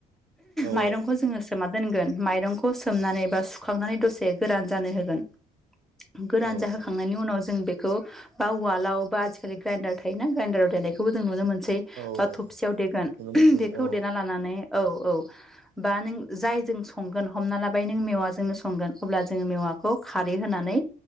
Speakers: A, on the right; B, in the centre.
A: औ
B: माइरंखौ जोङो सोमना दोनगोन। माइरंखौ सोमनानै बा सुखांनानै दसे गोरान जानो होगोन। गोरान
A: औ
B: जाहोखांनायनि उनाव जों बे खौ बा उवालाव बा आजिखालि ग्राइडार थायोना ग्राइडाराव देनायखौ जों नुनो मो सै
A: औ
B: बा थबसियाव देगोन
A: नुनो मोनसै
B: बेखौ
A: औ
B: देना लानानै औ औ बा नों जाय जों संगोन हमना लाबाय नों मेवाजोंनो संगोन अब्ला जोङो मेवा माखौ खारै होनानै